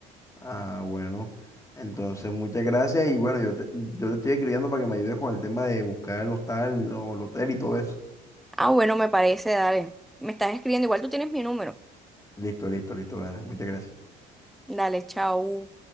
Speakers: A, on the left (about 15°); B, in the centre.
A: Ah, bueno. Entonces, muchas gracias y bueno, yo te, yo te estoy escribiendo para que me ayudes con el tema de buscar el hostal, o el hotel y todo eso.
B: Ah, bueno, me parece, dale. Me estás escribiendo, igual tú tienes mi número.
A: Listo, listo, listo. Vale, muchas gracias.
B: Dale, chao.